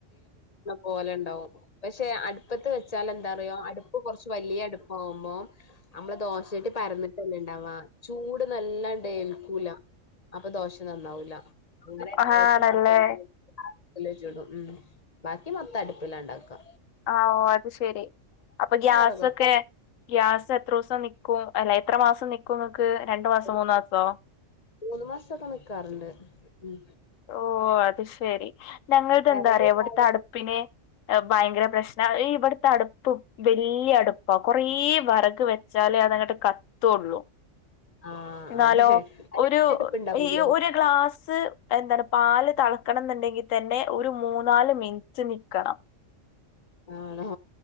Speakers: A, on the left; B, on the left.
A: പോലെണ്ടാവും. പക്ഷെ അടുപ്പത്ത് വെച്ചാൽ എന്താ? അടുപ്പ് കുറച്ച് വലിയ അടുപ്പുവാകുമ്പോ. നമ്മളെ ദോശചട്ടി പരന്നിട്ടല്ലെ ഇണ്ടാവാ. ചൂട് നല്ലാണ്ട് ഏൽക്കൂല. അപ്പൊ ദോശ നന്നാവൂല. അങ്ങനെ
B: ആഹ്
A: ദോശ
B: ആണല്ലേ
A: മാത്ര ല് ചുടും ഉം ബാക്കി മൊത്തം അടുപ്പിലുണ്ടാക്കാ.
B: ആഹ് ഓ അത് ശെരി അപ്പൊ ഗ്യാസൊക്കെ?
A: വെറകൊക്കെണ്ട്
B: ഗ്യാസ് എത്രോസം നിക്കും, അല്ല എത്ര മാസം നിക്കും ഇങ്ങക്ക് രണ്ടു മാസോ
A: ഒരു
B: മൂന്ന് മാസോ
A: മൂന്ന് മാസൊക്കെ നിക്കാറുണ്ട്. ഉം
B: ഓ അത് ശെരി ഞങ്ങൾക്കെന്താറിയോ
A: വെറക് ഇണ്ടായാല്
B: ഇവിടുത്തെ അടുപ്പിന് ഭയങ്കര പ്രശ്നാ. ഇവിടുത്തെ അടുപ്പും വല്ല്യ അടുപ്പാ കൊറേ വെറക് വെച്ചാലേ അതങ്ങട്ട് കത്തുള്ളൂ.
A: ആഹ്
B: എന്നാലോ
A: അതെ
B: ഒരു
A: രണ്ട് അടുപ്പ്ണ്ടാവൂലേ
B: ഈ ഒരു ഗ്ലാസ്. എന്താണ് പാല് തിളക്കണംന്നുണ്ടെങ്കി തന്നെ ഒരു മൂന്നാല് മിനിറ്റ് നിക്കണം.
A: ആണോ?